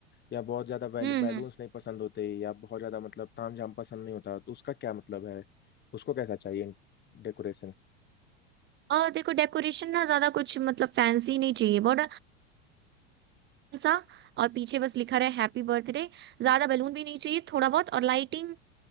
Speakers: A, on the left (about 30°); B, on the right (about 30°).
A: या बहुत ज्यादा बैलून्स
B: हम्म हम्म।
A: नहीं पसंद होते या बहुत ज्यादा मतलब तामझाम पसंद नहीं होता तो उसका क्या मतलब है उसको कैसा चाहिए डेकोरेशन
B: और देखो डेकोरेशन ना ज्यादा कुछ मतलब फैंसी नहीं चाहिए बहुत सा और पीछे बस लिखा रहे हैप्पी बर्थडे ज्यादा बैलून भी नहीं चाहिए थोड़ा बहुत और लाइटिंग